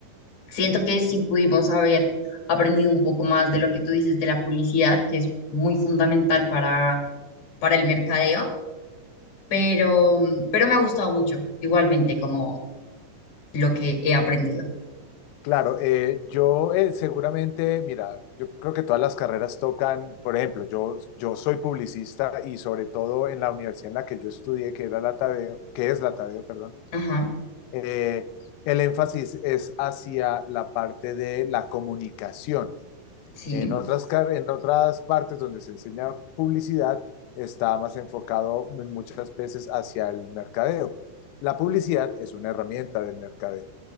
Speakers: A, on the left; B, on the left.
A: Siento que
B: Mm.
A: sí pudimos haber aprendido un poco más de lo que tú dices de la publicidad, que es muy fundamental para para el mercadeo, pero, mm, pero me ha gustado mucho, igualmente como lo que he aprendido.
B: Claro, eh, yo eh, seguramente, mira, yo creo que todas las carreras tocan, por ejemplo, yo, yo soy publicista y sobre todo en la universidad en la que yo estudié, que era la Tadeo, que es la Tadeo, perdón,
A: Ajá,
B: eh, el énfasis es hacia la parte de la comunicación.
A: sí,
B: En otras, car- en otras partes donde se enseña publicidad, está más enfocado en muchas veces hacia el mercadeo. La publicidad es una herramienta del mercadeo.